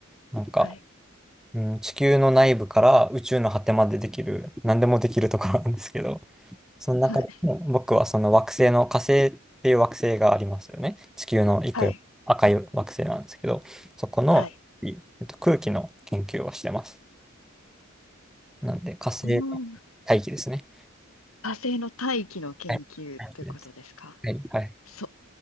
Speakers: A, in the centre; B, on the left (about 90°).
A: なんか、
B: はい。
A: うん、地球の内部から宇宙の果てまでできる、何でもできるところなんですけど、その中でも僕はその惑星の火星っていう惑星がありますよね。
B: はい。
A: 地球の一個よ赤い惑星なんですけど、
B: はい。
A: そこの、
B: はい。
A: いえっと、空気の研究をしてます。なんで火星の
B: あの、
A: 大気ですね。
B: 火星の大気の研究ということですか
A: はい。大気です。はい。はい。
B: そ、